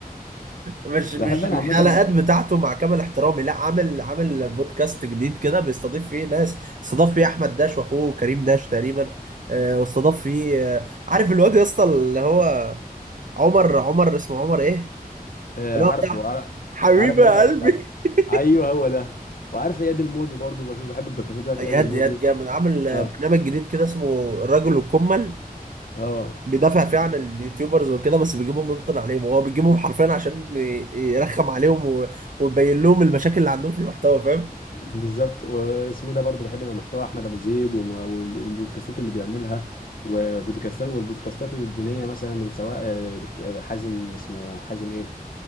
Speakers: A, on the right; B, on the left.
A: مش مش
B: بحب أنا
A: الحلقات
B: عامة
A: بتاعته مع كامل احترامي لا عامل عامل بودكاست جديد كده بيستضيف فيه ناس استضاف فيه احمد داش واخوه كريم داش تقريبا آه، واستضاف فيه آه، عارف الواد يا اسطى اللي هو عمر عمر اسمه عمر ايه
B: آه،
A: اللي
B: عارفه
A: هو بتاع
B: عار-
A: حبيبي
B: عارف اللي
A: يا
B: أنت قصدك
A: قلبي
B: عليه
A: <laughs>
B: أيوه هو ده وعارف إياد الموجي برضو بشوف بحب الدكاترة بتاعت
A: اياد
B: إياد الموجي
A: اياد جامد عامل آه،
B: أه
A: برنامج جديد كده اسمه الرجل الكمل
B: أه
A: بيدافع فيه
B: شفت
A: عن اليوتيوبرز وكده بس بيجيبهم يفضل عليهم هو بيجيبهم حرفيا عشان ي- يرخم عليهم و- ويبين لهم المشاكل اللي عندهم في المحتوى فاهم
B: بالظبط واسمه ده برضو بحب محتوى أحمد أبو زيد وم- والبودكاستات اللي بيعملها وبودكاستات والبودكاستات الدينية مثلا من سواء آه، دكتور آه، حازم اسمه حازم إيه